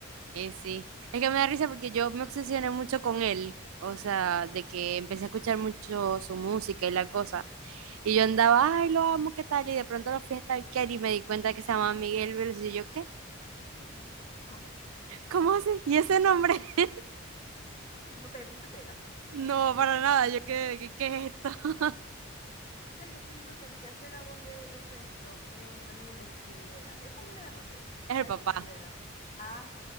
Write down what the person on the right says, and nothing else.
Eh, sí, es que me da risa porque yo me obsesioné mucho con él, o sea, de que empecé a escuchar mucho su música y la cosa, y yo andaba, ay, lo amo, ¿qué tal? Y de pronto lo fui a stalkear y me di cuenta que se llamaba Miguel Veloz y yo, ¿qué?
¿Cómo así? ¿Y ese nombre? <laughs>
No, para nada, yo, ¿qué, qué, qué es esto? <laughs>
Es
el papá,